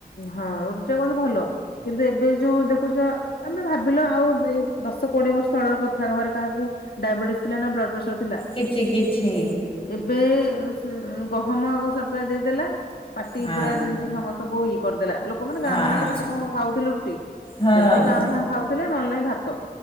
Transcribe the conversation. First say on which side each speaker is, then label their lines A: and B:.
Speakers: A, on the left (about 75°); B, on the left (about 35°).
A: ହଁ! ରୁଟି ଟା କୁହନ୍ତୁ ଭଲ କିନ୍ତୁ ଏବେ ଯୋଉ ଦେଖୁଛ ଆମେ ଭାବିଲ ଆଉ ଏ ଦଶ, କୋଡିଏ ବର୍ଷ ତଳର କଥା ଘରେ କାହାକୁ ଡାଇବେଟିସ୍ ଥିଲା ନା ବ୍ଲଡପ୍ରେସର
B: କିଛି କିଛି!
A: ଏବେ ସ ଗହମ ଆଗ ସରକାର ଦେଇଦେଲା ପାଟି
B: ହଁ।
A: ପୁରା ଯେମିତି ସମସ୍ତଙ୍କୁ ଇଏ କରିଦେଲା ଲୋକମାନେ ଗାଁ
B: ହଁ
A: ମାନେଙ୍କରେ ଏତେ କଣ ଖାଉଥିଲେ ରୁଟି?
B: ହଁ
A: ସେମିତି କାଁ ବାଁ ଖାଉଥିଲେ ନହେଲେ ନାଇଁ ଭାତ।